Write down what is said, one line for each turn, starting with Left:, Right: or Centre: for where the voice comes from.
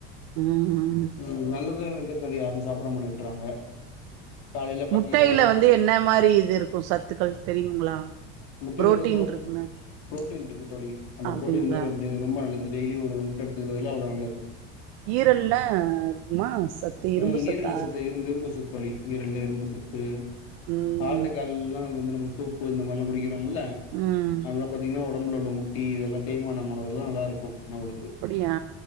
Right: ம் ம்
Left: ம் நல்லதுலா எங்க தோழி யாரும் சாப்பிட மாட்டேன்றாங்க காலையில பாத்தீங்கன்னா
Right: முட்டையில வந்து என்ன மாரி இது இருக்கும் சத்துக்கள் தெரியுங்களா
Left: முட்டைய்ல
Right: புரோட்டீன்
Left: வந்து புரோ
Right: இருக்குன்னு
Left: புரோட்டீன் இருக்கு தோழி அந்த
Right: அப்டிங்களா
Left: புரோட்டீன்ல ரெண்டு ரொம்ப நல்லது டெய்லியு ஒரு முட்ட எடுத்துக்றதுல அவ்ளோ நல்லது
Right: ஈரல்ல இருக்குமா சத்து இரும்பு
Left: ம் ஈரல்ல
Right: சத்தா
Left: சத்து இரும்பு இரும்பு சத் து தோழி ஈரல்ல இரும்பு சத்து
Right: ம்
Left: ஆட்டுக்கால்லா வந்து நம்ம சூப்பு இந்த மார்லா குடிக் றோலாம்ல
Right: ம்
Left: நல்ல பாத்தீங்ன்னா ஒடம்புல்ல உள்ள முட்டி இதெல்லா தேய்மானமானதெல்லா நல்லா இருக்கும் அவளுக்கு
Right: அப்படியா